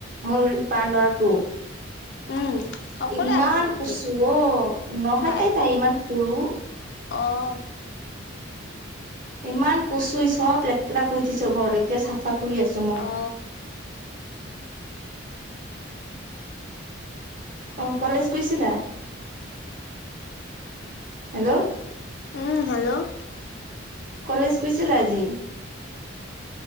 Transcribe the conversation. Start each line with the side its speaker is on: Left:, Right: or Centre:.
Right: মোৰ বাৰ ল'ৰাটো।
Left: উম, অকলে
Right: ইমান
Left: আহিছে নেকি
Right: কচো অ, নহয়
Left: ভাই
Right: তাই তাই ইমান সৰু।
Left: অ',
Right: ইমান কচু ই চব লেতেৰা কৰি থৈছে ঘৰ এতিয়া চাফা কৰি আছোঁ মই।
Left: অ
Right: অ' কলেজ গৈছিলা হেল্ল'।
Left: উম, হেল্ল'
Right: কলেজ গৈছিলা আজি?